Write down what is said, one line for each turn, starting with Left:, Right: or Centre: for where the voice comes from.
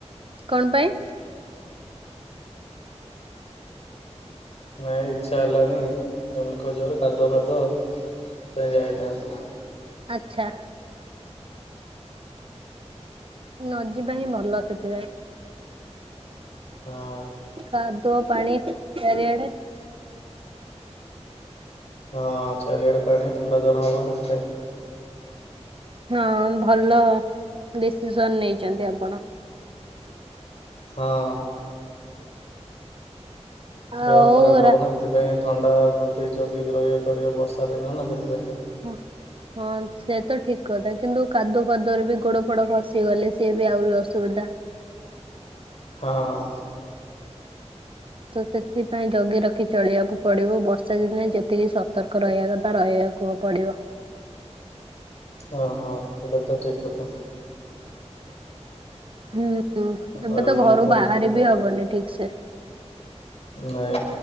Right: କଣ ପାଇଁ?
Left: ନାଇଁ ଇଚ୍ଛା ହେଲାନି ଜମିଖଜୋରେ କାଦୁଅ ଫାଦୁଅ ସେଥିପାଇଁ ଯାଏନି ଆଉ
Right: ଆଚ୍ଛା। ନ ଯିବା ହିଁ ଭଲ ସେଥିପାଇଁ।
Left: ହଁ।
Right: କାଦୁଅ ପାଣି ଚାରିଆଡେ।
Left: ହଁ ଚାରିଆଡେ ପାଣି ଥଣ୍ଡା ଜ୍ୱର ହବ ସେଥିପାଇଁ।
Right: ହଁ ଭଲ ଡିସିସନ ନେଇଛନ୍ତି ଆପଣ।
Left: ହଁ।
Right: ଆଉ
Left: ଦେହ ଖରାପ
Right: ରା
Left: ହବ ନା ସେଥିପାଇଁ ଥଣ୍ଡା ପ୍ରତି ଜଗିକି ରହିବ ଚଳିବ ବର୍ଷା ଦିନ ନା ସେଥିପାଇଁକା।
Right: ହଁ। ହଁ ସେ ତ ଠିକ କଥା କିନ୍ତୁ କାଦୁଅ ପାଦୁଅରେ ବି ଗୋଡ ଫୋଡ ଖସିିଗଲେ ସିଏ ବି ଆହୁରି ଅସୁବିଧା।
Left: ହଁ।
Right: ତ ସେଥିପାଇଁ ଜଗି ରଖି ଚଳିବାକୁ ପଡିବ ବର୍ଷା ଦିନେ ଯେତିକି ସତର୍କ ରହିବା କଥା ରହିବାକୁ କୁ ପଡିବ।
Left: ହଁ ହଁ ସେଇଟା ତ ଠିକ କଥା।
Right: ହୁଁ ଏବେ
Left: ଆଉ
Right: ତ
Left: କଣ
Right: ଘରୁ
Left: କୁହନ୍ତୁ
Right: ବାହାର ବି ହବନି ଠିକ ସେ।
Left: ନାଇଁ